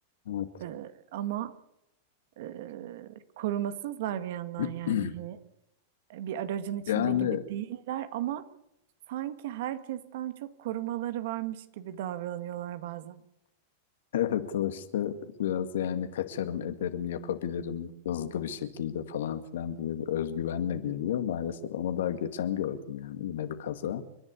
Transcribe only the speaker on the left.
evet
<clears throat>
yani
Evet o işte biraz yani kaçarım ederim yapabilirim hızlı bir şekilde falan filan diye bir özgüvenle geliyor maalesef ama daha geçen gördüm yani yine bir kaza